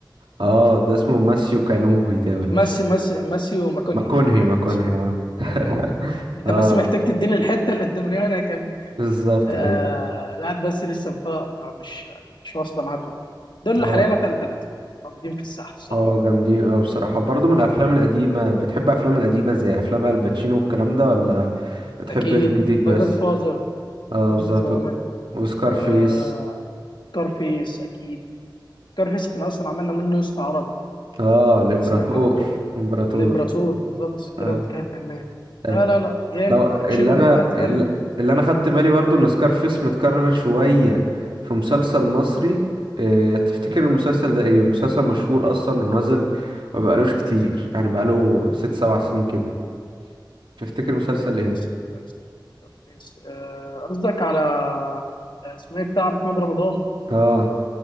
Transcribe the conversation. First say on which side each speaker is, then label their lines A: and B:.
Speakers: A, on the right (about 80°); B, on the left (about 70°).
A: اه ده اسمه ماسيو كانوهي ده ولا
B: ماسي
A: اسمه
B: ماسي ماسيو ماكونهي
A: ماكونهي
B: ايوه
A: ماكونهي
B: ماسي ماكونهي
A: اه <laughs>
B: ايوه انت
A: اه
B: بس محتاج تديني الحته القداميه وانا هكمل
A: بالظبط
B: آه
A: اي
B: لا بس لسه مفا- مش مش واصله معاه كله دول اللي
A: اه
B: حاليا اتقل ثلاثه موجودين في الساحه الصراحه
A: اه جامدين اه بصراحة برضه من الافلام القديمة بتحب افلام القديمة زي افلام الباتشينو والكلام ده ولا بتحب
B: اكيد
A: الجديد بس
B: ذا جاد فازر
A: اه
B: بنت
A: بالظبط
B: اوف وومن
A: وسكارفيس
B: آه كارفيس اكيد كارفيس احنا اصلا عملنا منه نسخه عربي
A: اه الامبراطور
B: انت سمعتها
A: الامبراطور
B: الامبراطور بالظبط كده
A: اه
B: انت كده فاهمان لا
A: أيوة.
B: لا لا جامد
A: لو
B: باتشينو
A: اللي انا
B: من اتقل
A: ال- اللي انا خدت بالي برضو ان سكارفيس متكرر شوية في مسلسل مصري اه تفتكر المسلسل ده ايه مسلسل مشهور اصلا ونزل ما بقالوش كتير يعني بقاله ست سبع سنين كده تفتكر مسلسل ايه
B: بس بس بس- آه، قصدك على آه، اسمه ايه بتاع محمد رمضان
A: اه